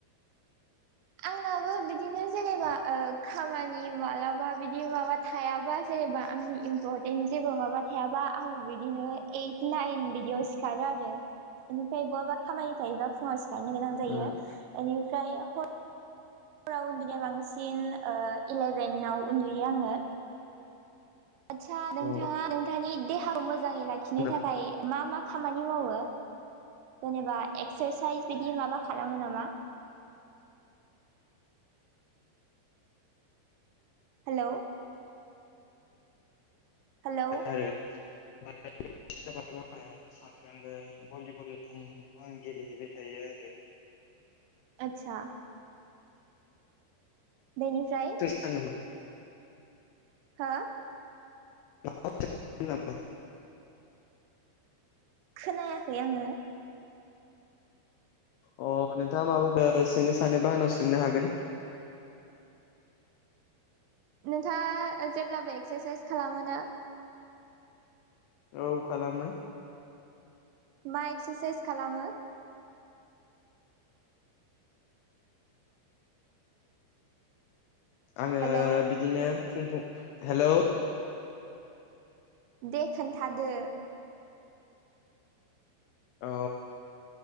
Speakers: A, on the right; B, on the left.
A: आंनाबो बिदिनो जेनेबा खामानि मालाबा बिदि माबा थायाबा जेनेबा आंनि इम्परटेन्ट जेबो माबा थायाबा आंबो बिदिनो ओइट नाइन बिदियाव सिखारो आरो बेनिफ्राय बहाबा खामानि थायोबा फुङाव नो गोनां जायो
B: उम
A: आंनिफ्राय हर फराव उन्दुनाया बांसिन इलेभेनाव उन्दुयो आङो आदसा नोंथाङा
B: औ
A: नोंथांनि देहाखौ मोजाङै लाखिनो
B: खोनाबाय
A: थाखाय मा मा खामानि मावो जेनेबा एक्सारसाइस बिदि माबा खालामो नामा हेल' हेलौ
B: आरो आरो जाबाथ' आङो सानफ्रामबो भलिबल आंबो आं गेलेहैबाय थायो आरो
A: आतसा बेनिफ्राय
B: आंनाबो
A: हा
B: <unintelligible>
A: खोनायाखै आङो
B: अ नोंथाङा माबाफोर सोंनो सानोबा आंनाव सोंनो हागोन
A: नोंथाङा जेब्लाबो एक्सारसाइस खालामोना
B: औ खालामो
A: मा एक्सारसाइस खालामो
B: आङो
A: हेलौ
B: बिदिनो बिदिनो फुं फुं हेलौ
A: दे खोन्थादो
B: अ